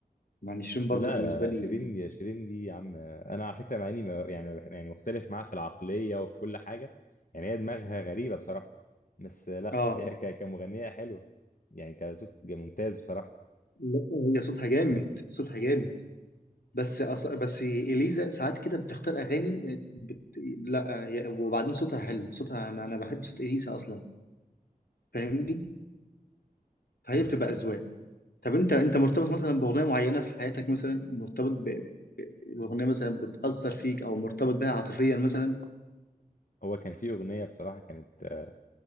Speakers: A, on the left (about 80°); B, on the left (about 60°).
A: يعني شيرين برضو
B: لا
A: بالنسبه
B: لا لا
A: لي
B: شيرين دي شيرين دي يا عم انا على فكره مع اني ما- يعني ما بح- يعني مختلف معاها في العقليه وفي كل حاجه يعني هي دماغها غريبه بصراحه بس لا
A: اه
B: هي ك- كمغنيه حلوه يعني كصوت ج- ممتاز بصراحه
A: لا هي صوتها جامد صوتها جامد بس أص... بس اليزا ساعات كده بتختار اغاني آه، بت... لا آه، هي وبعدين صوتها حلو صوتها انا انا بحب صوت اليزا اصلا فاهمني فهي
B: مم.
A: بتبقى اذواق طب انت انت مرتبط مثلا باغنيه معينه في حياتك مثلا مرتبط ب- باغنيه مثلا بتاثر فيك او مرتبط بها عاطفيا مثلا
B: هو كان في اغنيه بصراحه كانت آه،